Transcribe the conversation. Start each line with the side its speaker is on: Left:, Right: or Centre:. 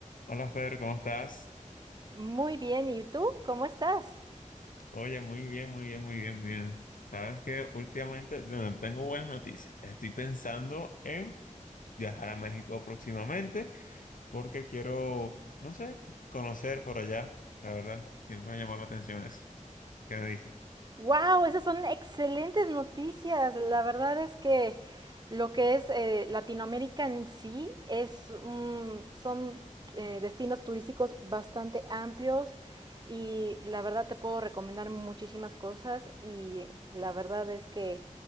Left: Hola Fer, ¿cómo estás?
Right: Muy bien, ¿y tú? ¿Cómo estás?
Left: Oye, muy bien, muy bien, muy bien, muy bien. Sabes que últimamente, bueno, tengo buenas noticias. Estoy pensando en viajar a México próximamente porque quiero, no sé, conocer por allá. La verdad, siempre me ha llamado la atención eso. ¿Qué me dices?
Right: ¡Wow! Esas son excelentes noticias. La verdad es que lo que es eh, Latinoamérica en sí es un- son eh, destinos turísticos bastante amplios y la verdad te puedo recomendar muchísimas cosas y la verdad es que